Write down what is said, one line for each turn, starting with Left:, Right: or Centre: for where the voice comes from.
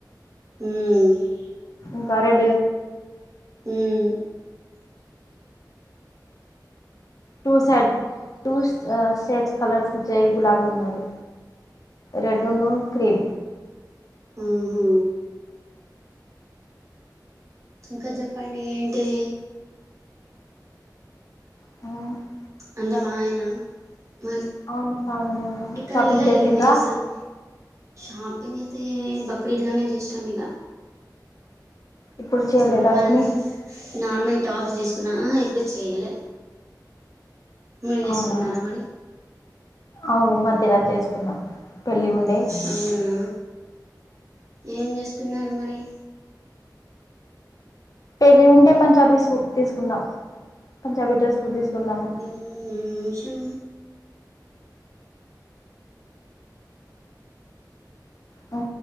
Right: మ్
Left: ఇంకా రెడ్
Right: మ్
Left: two side two shades colours వచ్చే గులాబీలు ఉన్నవి. రెడ్డును క్రీమ్
Right: మ్ హూ ఇంకా చెప్పండి ఏంటిది?
Left: మ్
Right: అంత బా ఆయన మళ్ళీ.
Left: అవును బాగానే ఉన్నాను
Right: ఎక్కడ
Left: షాపింగ్
Right: వెళ్ళాలి
Left: చేసిండ్రా
Right: మీరు సం షాపింగ్ అయితే బక్రీద్లోనే చేసినాం ఇగ
Left: ఇప్పుడు చేయలేదా
Right: నార్మల్
Left: ఏమి
Right: నార్మల్ టాప్స్ తీసుకున్నా ఎప్పుడూ చేయలే. మీరు చేసుకున్నారా
Left: అవునా,
Right: మరి
Left: అవును మధ్యలో ఇలా చేసుకున్నాం. పెళ్ళి ఉండే
Right: అవునా, ఏం చేసుకున్నారు మరి?
Left: పెళ్ళి ఉంటే పంజాబీ సూట్ తీసుకున్నాము. పంజాబీ డ్రెస్లు తీసుకున్నాము.
Right: వేషం
Left: అ